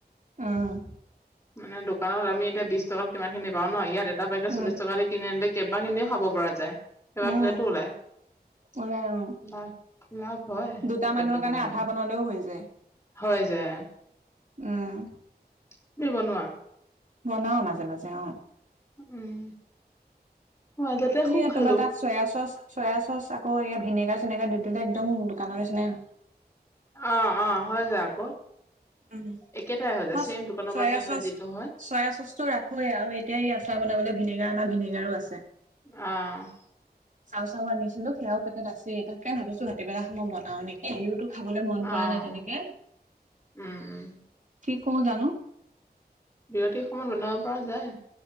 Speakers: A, on the right (about 50°); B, on the left (about 15°).
A: অ',
B: মানে দোকানত আমি এতিয়া বিশ টকাৰ কিা খিনি পাও ন ইয়াত এটা পাইকে
A: উম
B: চল্লি টকাে কিনি আনিলে কেইবাখিনিও খাব পৰা যায় কেইবা
A: উম
B: প্লেটো ওলায়।
A: ওলাই উম
B: লাভ - লাভ হয়
A: দুটা
B: পেকেটটো
A: মানুহৰ কাৰণে
B: কিনি আনিলে
A: আধা বনালেও হৈ যায়
B: হৈ যায়।
A: উম,
B: তুমি বনোৱা।
A: বনাও মাজে মাজে অঁ।
B: উম। মাজতে খুব
A: এ
B: খালো।
A: তোমাৰ তাত চয়া চচ চয়া চচ আকৌ এয়া ভিনেগাৰ চিনেগাৰ দি দিলে একদম দোকানৰ নিচিনা।
B: অ অ হৈ যায় আকৌ।
A: উ
B: একেটাই হৈ যায়
A: মই
B: ছেম দোকানৰ
A: চয়া
B: পৰা কিনিলে
A: চচ
B: যিটো হয়
A: চয়া চচটো ৰাখ। হয় আৰু এতিয়া ই আচাৰ বনাবলৈ ভিনেগাৰ অনা ভিনেগাৰো আছে।
B: অঁ।
A: চাউ চাউ আনিছিলো সেয়াও পেকেট আছে তাকে ভাবিছোঁ হাততিবেলাক সময় বনাও নেকি? কেওতো খাবলৈ মন
B: অ',
A: কৰা নাই তেনেকে।
B: উম উম।
A: কি কওঁ জানো।
B: বিৰতিৰ সময়ত বনাব পৰা যায়।